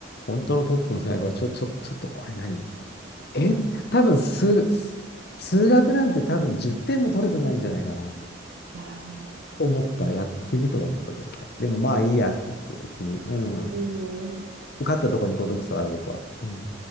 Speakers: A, on the left; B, on the right.
A: 本当のトップの大学は、ちょ、ちょ、ちょっとこれ何え、多分数、数数学なんて多分10点も取れてないんじゃないかな。
B: わー
A: と思ったらやってみと思ったけどね。でもまあいいやと思って別に。うん。
B: うん。
A: 受かったとこに子供したから僕は。うん。っ